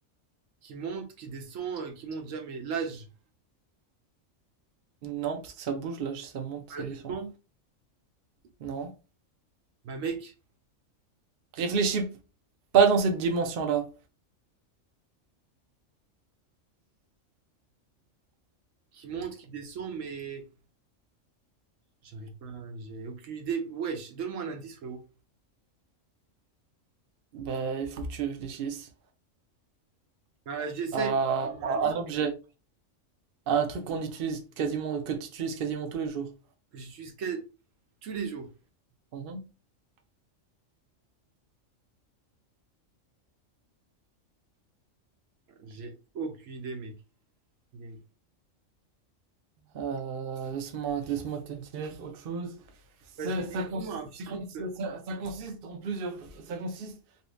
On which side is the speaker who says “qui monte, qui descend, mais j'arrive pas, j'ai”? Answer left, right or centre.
Right